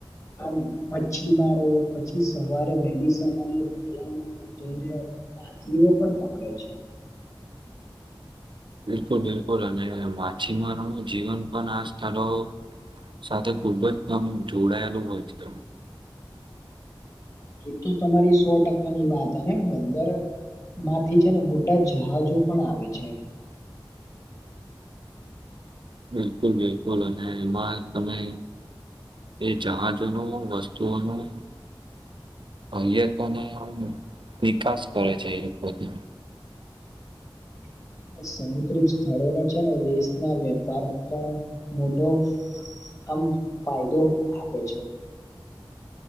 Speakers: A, on the left; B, on the right.
A: આમ મચ્છી મારો પછી સવારે વહેલી સવારે દરિયામાં જઈને માછલીઓ પણ પકડે છે એમાં
B: બિલકુલ બિલકુલ અને માછીમારો જીવન પણ આસ્થલો સાથે ખૂબ જ આમ જોડાયેલું હોય છે.
A: એ તો તમારી સો ટકાની વાત અને બંદર માંથી છે ને મોટા જહાજો પણ આવે છે
B: બિલકુલ બિલકુલ અને એમાં તમે એ જહાજોનું વસ્તુઓનું અહી તને વિકાસ કરે છે એપતિ
A: <inaudible> સમુદ્રિક સ્થળોને છે ને દેશના વેપાર પણ મોટો આમ ફાયદો આપે છે.